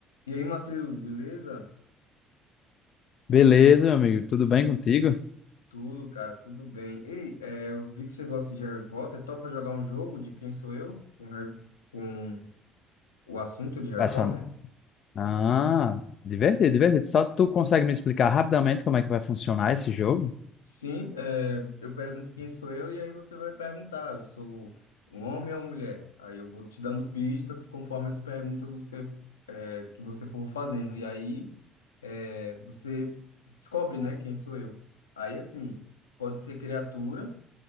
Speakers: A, on the left; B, on the left.
A: E aí, Matheus, beleza?
B: Beleza, meu amigo. Tudo bem contigo?
A: Tudo, cara, tudo bem. Ei, é, eu vi que você gosta de Harry Potter. Topa jogar um jogo de Quem Sou Eu com, Harry, com o assunto de Harry
B: Vai
A: Potter?
B: só... Ah, divertido, divertido. Só tu consegue me explicar rapidamente como é que vai funcionar esse jogo?
A: Sim, é, eu pergunto quem sou eu e aí você vai perguntar, eu sou um homem ou uma mulher? Aí eu vou te dando pistas conforme as perguntas você, é, que você for fazendo. E aí é, você descobre, né, quem sou eu. Aí, assim, pode ser criatura